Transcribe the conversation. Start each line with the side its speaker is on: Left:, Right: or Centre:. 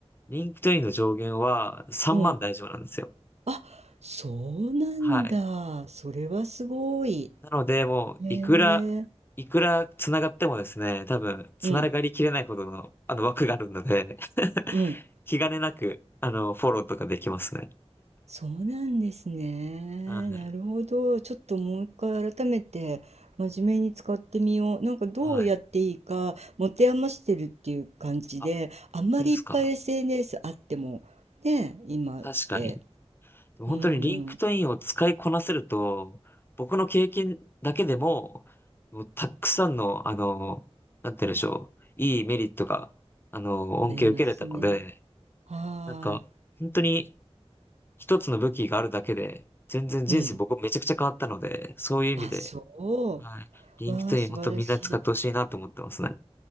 Left: リンクトインの上限は3万大丈夫なんですよ。
Right: うん。あ、そうなんだ。
Left: はい。
Right: それはすごい。
Left: なので、もう、
Right: へえ。
Left: いくら、いくら繋がってもですね、多分、繋がりきれないほどの、
Right: うん、
Left: あの、枠があるので <laughs>
Right: うん。
Left: 気兼ねなく、あの、フォローとかできますね。
Right: そうなんですね。
Left: はい。
Right: なるほど。ちょっともう一回改めて真面目に使ってみよう。なんかどうやっていいか持て余してるっていう感じで、
Left: はい。あ、
Right: あんまりいっぱい
Left: 本当ですか。
Right: SNS あってもね、今って。
Left: 確かに。でも本当にリンクトインを使いこなせると、
Right: うん、
Left: 僕の経験だけでも、もうたくさんの、あの、なんて言うんでしょう。いいメリットが、あの、恩恵を受けれたので、
Right: ありますね。は
Left: なんか、本当に、一つの武器があるだけで、全然人生僕めちゃくちゃ変わったので、
Right: い。うん。
Left: そういう意味で、
Right: あ、そ
Left: はい。リンクトイン本当みんな使ってほしいなと思ってますね。
Right: う。わあ、素晴らしい。